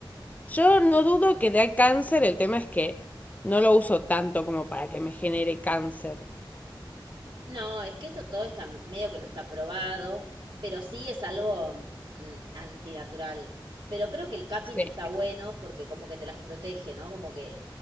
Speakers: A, on the left (about 20°); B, on the right (about 50°).
A: Yo no dudo que dé cáncer, el tema es que no lo uso tanto como para que me genere cáncer.
B: No, es que esto todo está medio que no está probado, pero sí es algo mm, antinatural. Pero creo que el capping
A: Sí.
B: está bueno porque como que te las protege, ¿no? Como que